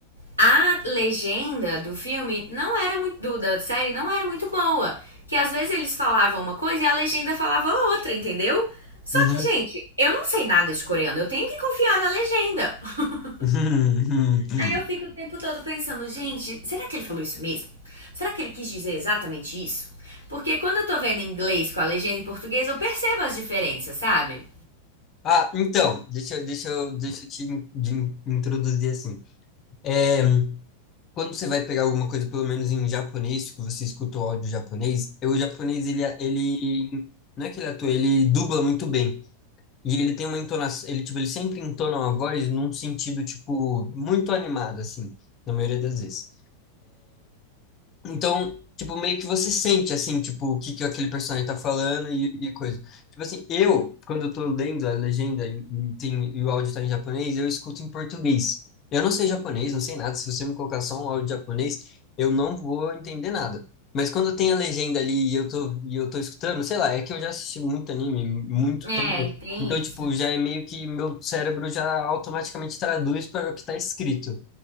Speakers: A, on the right; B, on the left.
A: a legenda do filme não era muito. Do, da série não era muito boa. Que às vezes eles falavam uma coisa e a legenda falava outra, entendeu? Só
B: uhum,
A: que, gente, eu não sei nada de coreano, eu tenho que confiar na legenda.
B: <laughs>
A: <laughs>
B: uhum, uhum, uhum.
A: Aí eu fico o tempo todo pensando, gente, será que ele falou isso mesmo? Será que ele quis dizer exatamente isso? Porque quando eu tô vendo em inglês com a legenda em português, eu percebo as diferenças, sabe?
B: Ah, então, deixa, eu- deixa eu, deixa eu te in- de in- introduzir assim. É, quando você vai pegar alguma coisa, pelo menos em japonês, que você escuta o áudio japonês, eu, o japonês, ele, é, ele, não é que ele atua, ele dubla muito bem. E ele tem uma entonação, ele, tipo, ele sempre entona uma voz num sentido, tipo, muito animado, assim, na maioria das vezes. Então, tipo, meio que você sente, assim, tipo, o que que aquele personagem tá falando e, e coisa. Tipo assim, eu, quando eu tô lendo a legenda e, e tem, e o áudio tá em japonês, eu escuto em português. Eu não sei japonês, não sei nada. Se você me colocar só um áudio japonês, eu não vou entender nada. Mas quando tem a legenda ali e eu tô, e eu tô escutando, sei lá, é que eu já assisti muito anime, muito
A: É,
B: tempo.
A: tem
B: Então,
A: isso.
B: tipo, já é meio que meu cérebro já automaticamente traduz para o que tá escrito.